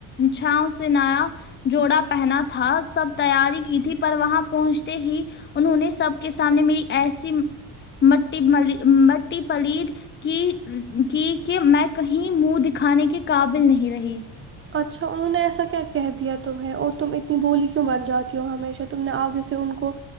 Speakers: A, on the left; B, on the right.
A: چھاؤں سے نایا جوڑا پہنا تھا سب تیاری کی تھی پر وہاں پہنچتے ہی انہوں نے سب کے سامنے میری ایسی م م مٹی ملی مٹی پلید کہ کی کہ میں کہیں منہ دکھانے کے قابل نہیں رہی
B: اچھا انہوں ایسا کیا کہہ دیا تمہیں اور تم اتنی بھولی کیوں بن جاتی ہو ہمیشہ تم نے آگے سے ان کو